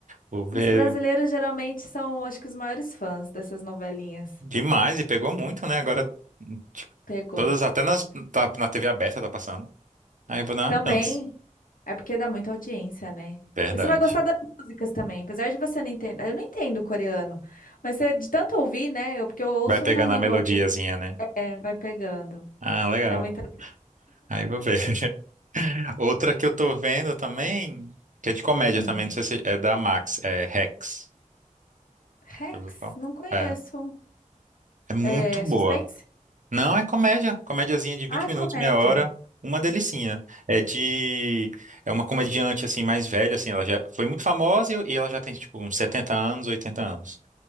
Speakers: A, on the right (about 65°); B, on the left (about 85°).
A: vou ver
B: Os brasileiros geralmente são, acho que, os maiores fãs dessas novelinhas.
A: demais e pegou muito, né? Agora, tipo,
B: Pegou.
A: todas, até nas, tá, na TV aberta tá passando. Aí eu vou dar
B: Também
A: uma chance.
B: é porque dá muita audiência, né?
A: Verdade.
B: E Você vai gostar das músicas também, apesar de você não entender. Eu não entendo coreano, mas você, de tanto ouvir, né? Eu, porque eu ouço
A: Vai pegando
B: na língua
A: a melodiazinha,
B: mesmo,
A: né?
B: é, vai pegando.
A: Ah, legal.
B: É muita.
A: Aí vou ver. <laughs> Outra que eu tô vendo também, que é de comédia
B: Hum.
A: também, não sei se é da Max, é Rex.
B: Rex,
A: Já ouviu falar?
B: não conheço.
A: É, é muito
B: É
A: boa.
B: suspense?
A: Não, é comédia, comédiazinha de 20
B: Ah, é
A: minutos,
B: comédia.
A: meia hora, uma delicinha. É de é uma comediante assim mais velha assim, ela já foi muito famosa e e ela já tem tipo uns 70 anos, 80 anos.